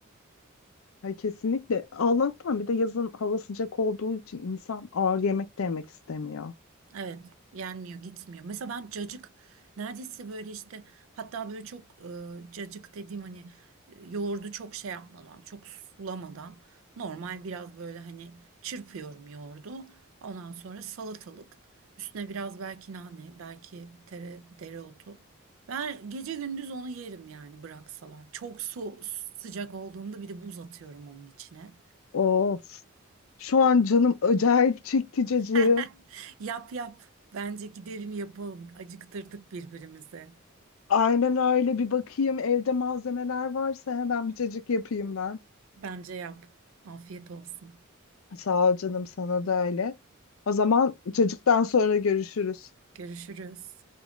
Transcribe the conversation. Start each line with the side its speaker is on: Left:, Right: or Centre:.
Left: Ay, kesinlikle. Allah'tan bir de yazın hava sıcak olduğu için insan ağır yemek de yemek istemiyor.
Right: Evet, yenmiyor, gitmiyor. Mesela ben cacık neredeyse böyle işte hatta böyle çok e, cacık dediğim hani e, yoğurdu çok şey yapmadan, çok sulamadan normal biraz böyle hani çırpıyorum yoğurdu. Ondan sonra salatalık, üstüne biraz belki nane, belki tere, dereotu. Ben gece gündüz onu yerim yani bıraksalar. Çok su sıcak olduğunda bir de buz atıyorum onun içine.
Left: Of. Şu an canım acayip çekti cacığı.
Right: <laughs> Yap yap. Bence gidelim yapalım. Acıktırdık birbirimizi.
Left: Aynen öyle. Bir bakayım evde malzemeler varsa hemen bir cacık yapayım ben.
Right: Bence yap. Afiyet olsun.
Left: Sağ ol canım sana da öyle. O zaman cacıktan sonra görüşürüz.
Right: Görüşürüz.